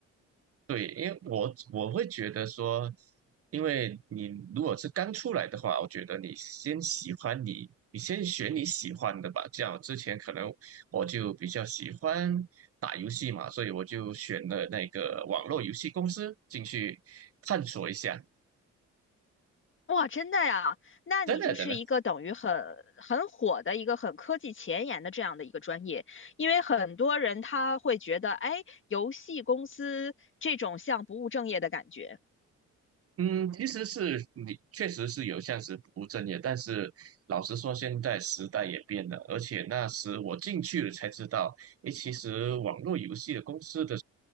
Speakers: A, on the right; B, on the left.
A: 对，因为我我会觉得说，因为你如果是刚出来的话，我觉得你先喜欢你，你先选你喜欢的吧。这样之前可能我就比较喜欢打游戏嘛，所以我就选了那个网络游戏公司进去探索一下。
B: 哇，真的呀？那你就是一个等于很很火的一个很科技前沿的这样的一个专业，
A: 真的真的，
B: 因为很多人他会觉得，哎，游戏公司这种像不务正业的感觉。
A: 嗯，其实是你确实是有这样子不务正业，但是老实说，现在时代也变了，而且那时我进去了才知道，诶，其实网络游戏的公司的